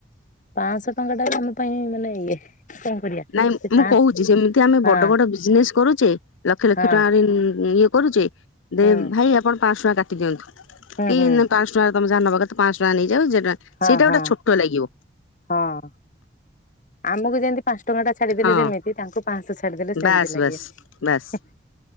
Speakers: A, on the left; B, on the left.
A: ପାଞ୍ଚଶହ ଟଙ୍କା ଟା ଆମ ପାଇଁ ମାନେ ଇଏ କଣ କରିବା
B: ନାଇଁ
A: ସେ ପାଁଶ
B: ମୁଁ କହୁଛି ସେମିତି ଆମେ
A: ହଁ
B: ବଡ ବଡ ବିଜନେସ କରୁଛେ। ଲକ୍ଷ
A: ହଁ
B: ଲକ୍ଷ ଟଙ୍କାରେ ଇଏ କରୁଛେ। ଦେ
A: ହୁଁ
B: ଭାଇ ଆପଣ ପାଞ୍ଚହ ଟଙ୍କା କାଟି ଦିଅନ୍ତୁ
A: ହୁଁ ହୁଁ
B: କି ପାଞ୍ଚ ତମୋହା ନବା କେ ତ ପାଞ୍ଚ ଟଙ୍କା ନେଇଯ ଯ ଯେଟା
A: ହଁ
B: ସେଇଟା
A: ହଁ
B: ଗୋଟେ ଛୋଟ ଲାଗିବ
A: ହଁ। ଆମକୁ ଯେମିତି ପାଞ୍ଚ ଟଙ୍କା ଟା ଛାଡିଦେଲେ
B: ହଁ
A: ଯେମିତି ତାଙ୍କୁ ପାଞ୍ଚଶହ ଛାଡିଦେଲେ ସେମିତି
B: ବାସ୍
A: ଲାଗିବ।
B: ବାସ୍ ବାସ୍